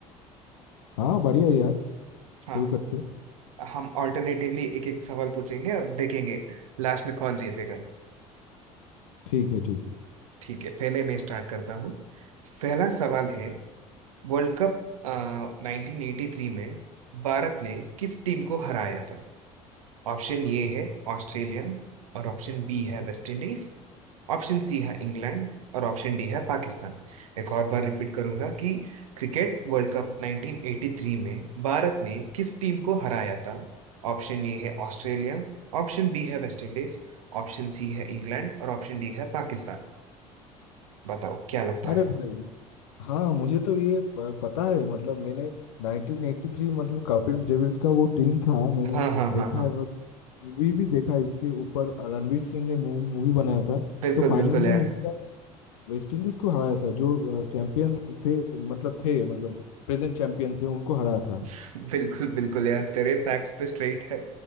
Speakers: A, on the left (about 70°); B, on the right (about 75°).
A: हाँ बढ़िया यार
B: हाँ
A: शुरू करते
B: हम ऑल्टरनेटिवली एक एक सवाल पूछेंगे और देखेंगे लास्ट में कौन जीतेगा
A: ठीक है ठीक है
B: ठीक है पहले मैं स्टार्ट करता हूँ पहला सवाल है वर्ल्ड कप नाइनटीन एटी थ्री में भारत ने किस टीम को हराया ऑप्शन ये है ऑस्ट्रेलिया और ऑप्शन बी है वेस्ट इंडीज ऑप्शन सी है इंग्लैंड और ऑप्शन डी है पाकिस्तान एक और बार रिपीट करूंगा कि क्रिकेट वर्ल्ड कप 1983 में भारत ने किस टीम को हराया था ऑप्शन ए है ऑस्ट्रेलिया ऑप्शन बी है वेस्ट इंडीज ऑप्शन सी है इंग्लैंड और ऑप्शन डी है पाकिस्तान बताओ क्या लगता
A: अरे
B: है
A: भाई हाँ मुझे तो ये प- पता है मतलब मैंने 1983 मतलब कपिल डेविल्स का वो टीम था मैंने
B: हाँ हाँ
A: देखा
B: हाँ हाँ
A: है मैं मूवी भी देखा है इसके ऊपर रणवीर सिंह ने मूवी बनाया था
B: बिल्कुल
A: तो फाइनल
B: बिल्कुल
A: में
B: यार
A: इनका वेस्ट इंडीज को हराया था जो चैंपियन से मतलब थे मतलब प्रेजेंट चैंपियन थे उनको हराया था
B: <laughs> बिल्कुल बिल्कुल यार तेरे फैक्ट्स तो स्ट्रेट है